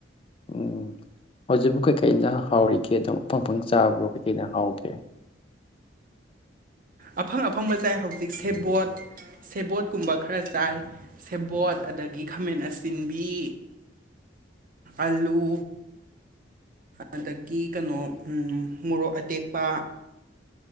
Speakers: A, on the left; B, on the right.
A: ꯎꯝ ꯍꯧꯖꯤꯛꯕꯨ ꯀꯩꯀꯩꯅ ꯍꯥꯎꯔꯤꯒꯦ ꯑꯗꯨꯝ ꯑꯐꯩ ꯑꯐꯪ ꯆꯥꯕ꯭ꯔꯣ ꯀꯩꯀꯩꯅ ꯍꯥꯎꯒꯦ
B: ꯑꯐꯪ ꯑꯐꯪꯕ ꯆꯥꯏ ꯍꯧꯖꯤꯛ ꯁꯦꯕꯣꯠ ꯁꯦꯕꯣꯠꯀꯨꯝꯕ ꯈꯔ ꯆꯥꯏ ꯁꯦꯕꯣꯠ ꯑꯗꯒꯤ ꯈꯥꯃꯦꯟ ꯑꯁꯤꯟꯕꯤ ꯑꯂꯨ ꯑꯗꯒꯤ ꯀꯩꯅꯣ ꯃꯣꯔꯣꯛ ꯑꯇꯦꯛꯄ